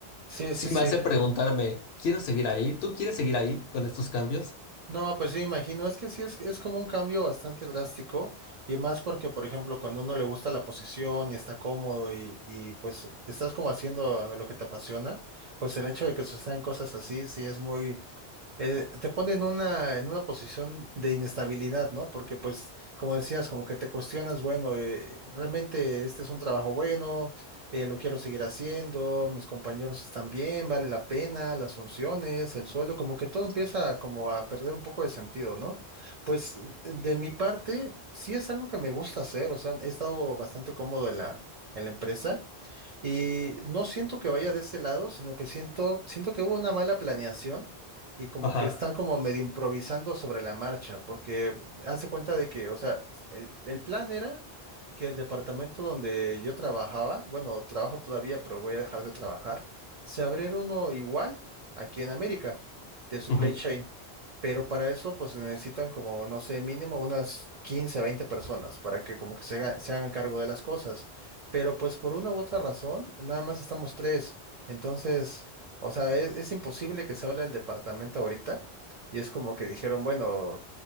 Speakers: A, on the right; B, on the left.
A: Sí,
B: Sí
A: sí, sí.
B: me hace preguntarme, ¿quiero seguir ahí? ¿Tú quieres seguir ahí con estos cambios?
A: No, pues sí, me imagino, es que sí es, es como un cambio bastante drástico y más porque, por ejemplo, cuando uno le gusta la posición y está cómodo y, y pues estás como haciendo lo que te apasiona, pues el hecho de que sucedan cosas así sí es muy, eh, te pone en una, en una posición de inestabilidad, ¿no? Porque pues, como decías, como que te cuestionas, bueno, eh, realmente este es un trabajo bueno, eh, lo quiero seguir haciendo, mis compañeros están bien, vale la pena, las funciones, el sueldo, como que todo empieza como a perder un poco de sentido, ¿no? Pues de mi parte, sí es algo que me gusta hacer, o sea, he estado bastante cómodo en la, en la empresa. Y no siento que vaya de ese lado, sino que siento, siento que hubo una mala planeación y como
B: Ajá.
A: que están como medio improvisando sobre la marcha, porque hace cuenta de que, o sea, el, el plan era que el departamento donde yo trabajaba, bueno, trabajo todavía, pero voy a dejar de trabajar, se abriera uno igual aquí en América, de supply
B: ujú,
A: chain. Pero para eso, pues necesitan como, no sé, mínimo unas 15 20 personas para que como que se haga- se hagan cargo de las cosas. Pero pues por una u otra razón, nada más estamos tres. Entonces... O sea, es, es imposible que se hable del departamento ahorita. Y es como que dijeron, bueno,